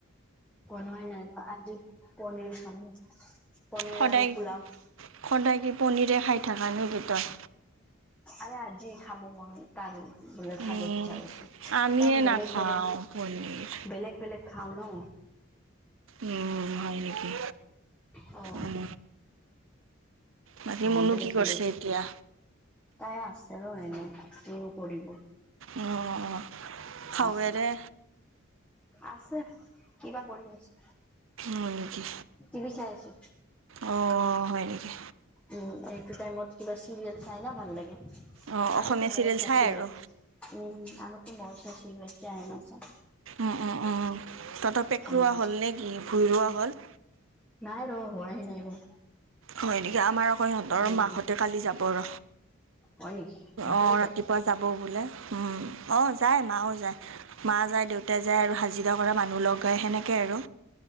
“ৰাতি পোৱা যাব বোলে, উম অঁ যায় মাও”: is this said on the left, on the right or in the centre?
Right